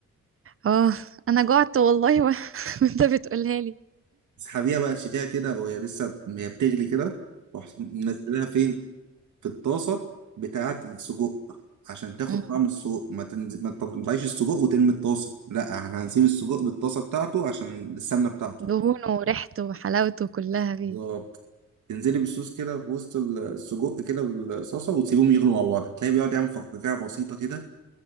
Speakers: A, on the right; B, on the right.
A: اه انا جعت والله و... <laughs> وانت بتقولها لي
B: <laughs> تسحبيها بقى تشيليها كده وهي لسه ب- هي بتغلي كده تروح منزلها فين في الطاسه بتاعه السجق عشان تاخد
A: امم
B: طعم السجق ما تنزل ما تطلعيش السجق وترمي الطاسه لا احنا هنسيب السجق بالطاسه بتاعته عشان السمنه بتاعته
A: دهونه وريحته وحلاوته كلها فيه
B: بالظبط تنزلي بالصوص كده في وسط السجق كده والصلصه وتسيبهم يغلوا مع بعض تلاقي بيقعد يعمل فقاقيع بسيطه كده